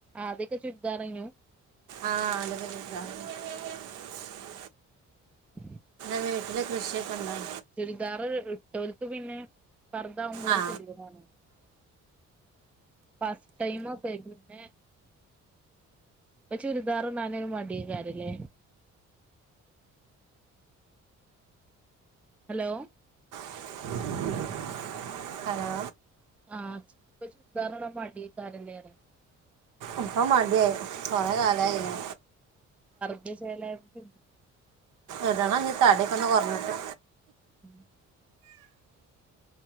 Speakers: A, in the centre; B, on the right.
A: ആദ്യൊക്കെ ചുർദാറേനിയൂ?
B: ആഹ, ആദ്യൊക്കെ ചുരിദാ <unintelligible>
A: <inaudible>
B: വീട്ടില് കൃഷിയൊക്കെണ്ടോ?
A: ചുരിദാർ ഇട്ടോൽക്കു പിന്നെ പർദ്ധാവുമ്പോ
B: ആ
A: ഒരു കെതിയേടാണ്. ഫസ്റ്റ് ടൈമൊക്കെ പിന്നെ ഇപ്പ ചുരിദാറിടാനൊക്കെ മടിയാക്കാരല്ലേ. ഹലോ
B: <inaudible> ഹലോ
A: ആ ഇപ്പ ചുരിദാർ ഇടാൻ മടിയാകാരല്ലേ
B: ഇപ്പ മടിയായി കൊറേകാലയിലെ
A: ഇട്ട് ചേലായപ്പം
B: ഇടണം ഇഞ്ഞ് തടിയൊക്കെ കൊർഞ്ഞ്ട്ട്
A: ഉം